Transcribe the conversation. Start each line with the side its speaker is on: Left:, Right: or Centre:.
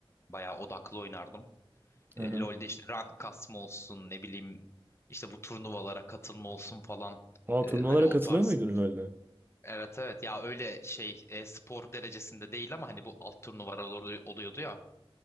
Left: bayağı odaklı oynardım.
Right: Hı
Left: E,
Right: hı.
Left: LoL'de işte rank kasma olsun ne bileyim işte bu turnuvalara katılma olsun falan
Right: Aa,
Left: E,
Right: turnuvalara
Left: hani o
Right: katılıyor
Left: tarz.
Right: muydun LoL'de?
Left: Evet evet ya öyle şey e, spor derecesinde değil ama hani bu alt turnuvalar oluyor- oluyordu ya.